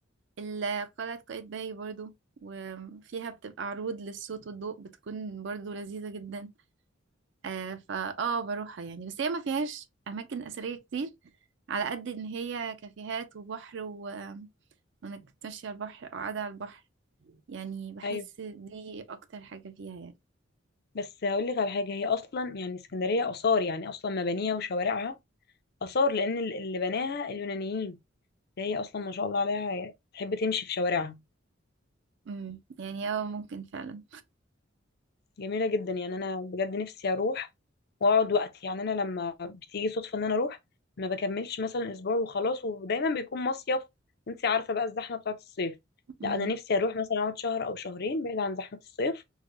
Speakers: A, on the right; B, on the left.
A: ال- قلعة قايتباي برضو وفيها بتبقى عروض للصوت والضوء بتكون برضو لذيذة جدا آه فا اه بروحها يعني بس هي ما فيهاش أماكن أثرية كتير على قد إن هي كافيهات وبحر و... وإنك تمشي على البحر أو قاعدة على البحر يعني بحس
B: ايوه
A: دي أكتر حاجة فيها يعني
B: بس هقول لك على حاجه هي اصلا يعني اسكندريه اثار يعني اصلا مبانيها وشوارعها اثار لان ال- اللي بناها اليونانيين ده هي اصلا ما شاء الله عليها تحب تمشي في شوارعها
A: امم يعني اه ممكن فعلا
B: جميلة جدا يعني أنا بجد نفسي أروح وأقعد وقت يعني أنا لما بتيجي صدفة إن أنا أروح ما بكملش مثلا أسبوع وخلاص ودايما بيكون مصيف أنت عارفة بقى الزحمة بتاعة الصيف
A: امم
B: لا أنا نفسي أروح مثلا أقعد شهر أو شهرين بعيد عن زحمة الصيف